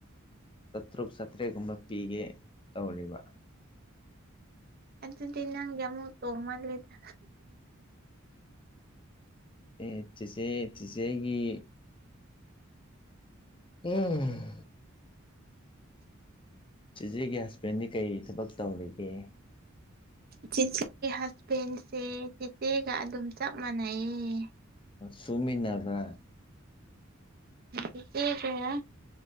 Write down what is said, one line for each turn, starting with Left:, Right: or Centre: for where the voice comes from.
Left: ꯆꯥꯇ꯭ꯔꯨꯛ ꯆꯥꯇ꯭ꯔꯦꯠꯀꯨꯝꯕ ꯄꯤꯒꯦ ꯇꯧꯔꯤꯕ
Right: ꯑꯗꯨꯗꯤ ꯅꯪ ꯑꯃꯨꯛ ꯇꯣꯡꯃꯜꯂꯦꯗ
Left: ꯑꯦ ꯆꯤꯆꯦ ꯆꯤꯆꯦꯒꯤ ꯎꯝ ꯆꯤꯆꯦꯒꯤ ꯍꯁꯕꯦꯟꯗꯤ ꯀꯔꯤ ꯊꯕꯛ ꯇꯧꯔꯤꯒꯦ
Right: ꯆꯤꯆꯦꯒꯤ ꯍꯖꯕꯦꯟꯁꯦ ꯆꯤꯆꯦꯒ ꯑꯗꯨꯝ ꯆꯞ ꯃꯥꯟꯅꯩ ꯌꯦ
Left: ꯁꯨꯃꯤꯟꯕ꯭ꯔꯥ
Right: ꯎꯝ ꯆꯦꯆꯦꯒ